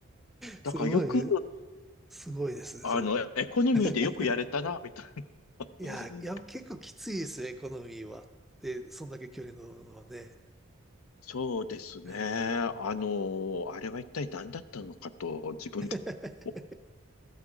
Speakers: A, in the centre; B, on the left.
A: すごい、
B: だからよく、
A: すごいですね、
B: あの、
A: それは。
B: エコノミーでよくやれたな、
A: <laughs>
B: みたいな。<laughs>
A: いや、いや、結構きついですよ、エコノミーは。で、そんだけ距離乗るのはね。
B: そうですね。
A: うー
B: あの、
A: ん。
B: あれは一体何だったのかと、自分でも。
A: <laughs>